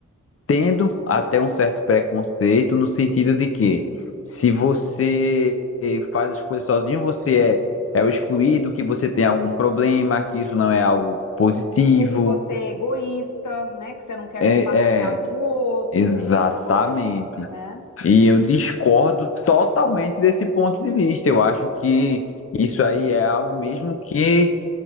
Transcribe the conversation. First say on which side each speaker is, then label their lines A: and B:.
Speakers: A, on the left (about 50°); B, on the left (about 85°).
A: tendo até um certo preconceito no sentido de que se você eh, faz as coisas sozinho, você é, é o excluído, que você tem algum problema, que isso não é algo positivo.
B: Ou que você é egoísta, né, que você não quer
A: É,
B: compartilhar com
A: é,
B: o outro,
A: exatamente.
B: tem isso também, né?
A: E eu discordo totalmente desse ponto de vista. Eu acho que isso aí é algo mesmo que